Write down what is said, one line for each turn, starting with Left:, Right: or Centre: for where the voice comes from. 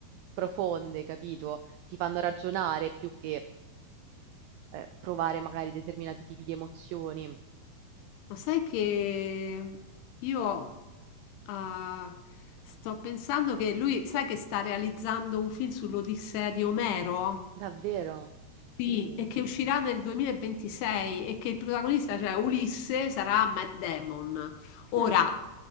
Right: profonde, capito? Ti fanno ragionare più che eh, provare magari determinati tipi di emozioni.
Left: Ma sai che io ah, sto pensando che lui, sai che sta realizzando un film sull'Odissea di Omero?
Right: Davvero?
Left: Sì,
Right: Uh.
Left: e che uscirà nel 2026 e che il protagonista, cioè Ulisse, sarà Matt Damon. Ora,
Right: Mm.